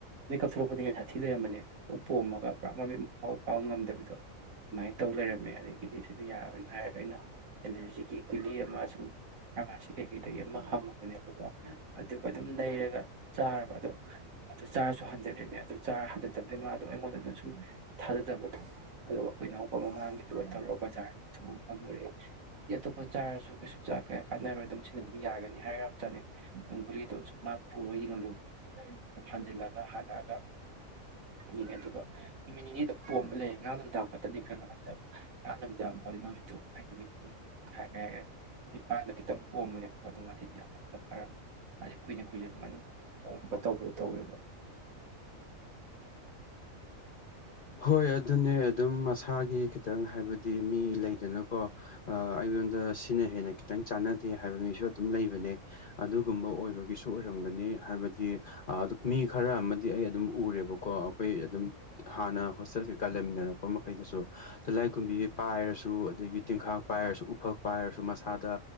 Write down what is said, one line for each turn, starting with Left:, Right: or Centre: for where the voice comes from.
Right: ꯃꯤꯠ ꯀꯥꯞ ꯊꯣꯛꯂꯛꯄꯗ ꯍꯦꯟꯅ ꯁꯥꯊꯤ ꯊꯤ ꯂꯩꯔꯝꯕꯅꯦ ꯎ ꯄꯣꯝꯃꯒ ꯄꯨꯔꯥ ꯃꯃꯤꯡꯐꯥꯎ ꯐꯥꯎꯕ ꯄꯥꯡ ꯉꯝꯗꯕꯤꯗꯣ ꯗꯨꯃꯥꯏ ꯇꯧ ꯂꯩꯔꯝꯃꯦ ꯑꯗꯥꯒꯤꯗꯤ ꯁꯤꯗ ꯌꯥꯔꯣꯏꯅ ꯍꯥꯏꯔꯒ ꯑꯩꯅ ꯑꯦꯂꯔꯖꯤꯒꯤ ꯒꯨꯂꯤ ꯑꯃ ꯁꯨꯝ ꯐꯥꯔꯃꯥꯁꯤ ꯀꯩꯀꯩꯗꯒꯤ ꯑꯃ ꯍꯪꯉꯨꯕꯅꯦꯕꯀꯣ ꯑꯗꯨꯒ ꯑꯗꯨꯝ ꯂꯩꯔꯒ ꯆꯥꯔꯕ ꯑꯗꯣ ꯑꯗꯨ ꯆꯥꯔꯁꯨ ꯍꯟꯊꯗ꯭ꯔꯤꯅꯦ ꯑꯗꯨ ꯆꯥꯔ ꯍꯟꯊꯗꯕꯗꯩ ꯃꯥꯗꯣ ꯑꯩꯉꯣꯟꯗꯗ ꯁꯨꯝ ꯊꯥꯖꯗꯕꯗꯣ ꯑꯗꯨꯒ ꯑꯩꯈꯣꯏ ꯏꯅꯥꯎꯅꯨꯄꯥ ꯃꯃꯥꯡꯒꯤꯗꯨꯒ ꯇꯧꯔꯒ ꯕꯖꯥꯔ ꯊꫭꯛꯑꯒ ꯍꯪꯉꯨꯔꯦ ꯂꯤ ꯑꯇꯣꯞꯄ ꯆꯥꯔꯁꯨ ꯀꯩꯁꯨ ꯆꯥꯛ ꯀꯌꯥ ꯀꯥꯟꯅꯔꯣꯏ ꯑꯗꯨꯝ ꯁꯤꯅ ꯑꯗꯨꯝ ꯌꯥꯒꯅꯤ ꯍꯥꯏꯔꯄꯅꯦ ꯅꯪ ꯒꯨꯂꯤꯗꯣ ꯁꯨꯝ ꯃꯥ ꯄꯨꯔꯣ ꯌꯦꯡꯍꯜꯂꯨꯕꯅꯦꯕ ꯍꯟꯖꯤꯜꯂꯒ ꯍꯜꯂꯛꯑꯒ ꯃꯤꯅꯦ ꯌꯦꯡꯉꯦ ꯑꯗꯨꯒ ꯅꯨꯃꯤꯠ ꯅꯤꯅꯤꯗꫭ ꯄꯣꯝꯃ ꯂꯩꯔꯦ ꯉꯔꯥꯡ ꯅꯨꯃꯤꯗꯥꯡ ꯈꯠꯇꯅꯤ ꯈꯔꯥ ꯈꯔꯥ ꯍꯟꯗꯕ ꯉꯔꯥꯡ ꯅꯨꯃꯤꯗꯥꯡ ꯐꯥꯎꯗꯤ ꯃꯃꯤꯠꯇꯣ ꯍꯥꯏꯗꯤ ꯃꯤꯠ <unintelligible> ꯀꯩ ꯀꯩ ꯍꯥꯏꯒ꯭ꯔꯦ ꯃꯤꯠ ꯄꯥꯥꯟꯗ ꯈꯤꯇꯪ ꯄꯣꯝꯕꯅꯦꯕꯀꫭ ꯑꯗꯨ ꯉꯁꯤꯗꯤ ꯌꯥꯝ ꯅꯛꯅꯥ ꯐꯔꯝꯃꯦ ꯃꯥꯗꯤ ꯀꯨꯏꯅ ꯀꯨꯏꯅ ꯑꯗꯨꯃꯥꯏ ꯑꯗꯨꯝ ꯍꯣꯝꯕ ꯇꯧꯕꯗꯣ ꯇꯧꯋꯦꯕ
Left: ꯍꯣꯏ ꯑꯗꯨꯅꯦ ꯑꯗꯨꯝ ꯃꯁꯥꯒꯤ ꯈꯤꯇꯪ ꯍꯥꯏꯕꯗꯤ ꯃꯤ ꯂꯩꯗꯅꯀꯣ ꯑꯥ ꯑꯩꯉꯣꯟꯗ ꯁꯤꯅ ꯍꯦꯟꯅ ꯈꯤꯇꯪ ꯆꯥꯟꯅꯗꯦ ꯍꯥꯏꯕ ꯃꯤꯁꯨ ꯑꯗꯨꯝ ꯂꯩꯕꯅꯦ ꯑꯗꯨꯒꯨꯝꯕ ꯑꯣꯏꯕꯒꯤꯁꯨ ꯑꯣꯏꯔꯝꯒꯅꯤ ꯍꯥꯏꯕꯗꯤ ꯑꯗꯨ ꯃꯤ ꯈꯔꯥ ꯑꯃꯗꯤ ꯑꯩ ꯑꯗꯨꯝ ꯎꯔꯦꯕꯀꯣ ꯑꯩꯈꯣꯏ ꯑꯗꯨꯝ ꯍꯥꯟꯅ ꯍꯣꯁꯇꯦꯜ ꯀꯩꯀꯥ ꯂꯩꯃꯤꯟꯅꯔꯛꯄ ꯃꯈꯩꯗꯨꯁꯨ ꯇꯤꯜꯂꯥꯏꯒꯨꯝꯕꯤ ꯄꯥꯏꯔꯁꯨ ꯑꯗꯒꯤ ꯇꯤꯜꯈꯥꯛ ꯄꯥꯏꯔꯁꯨ ꯎꯐꯛ ꯄꯥꯏꯔꯁꯨ ꯃꯁꯥꯗ